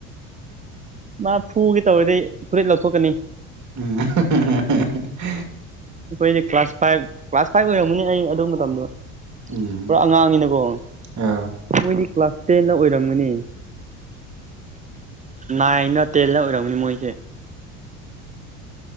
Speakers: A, on the right; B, on the right.
A: ꯃꯥ ꯐꯨꯒꯤ ꯇꯧꯔꯤꯗꯩ ꯐꯨꯔꯤꯠ ꯂꯧꯊꯣꯛꯀꯅꯤ
B: ꯎꯝ
A: ꯑꯩꯈꯣꯏꯗꯤ ꯀ꯭ꯂꯥꯁ ꯐꯥꯏꯚ ꯀ꯭ꯂꯥꯁ ꯐꯥꯏꯚ ꯑꯣꯏꯔꯝꯃꯅꯦ ꯑꯩ ꯑꯗꯨ ꯃꯇꯝꯗꯣ
B: ꯎꯝ
A: ꯄꯨꯔꯥ ꯑꯉꯥꯡꯅꯤꯅꯀꯣ
B: ꯑ
A: ꯃꯣꯏꯒꯤ ꯀ꯭ꯂꯥꯁ ꯇꯦꯟꯅ ꯑꯣꯏꯔꯝꯒꯅꯤ ꯅꯥꯏꯟꯒ ꯇꯦꯟꯗ ꯎꯔꯝꯅꯤ ꯃꯣꯏꯁꯦ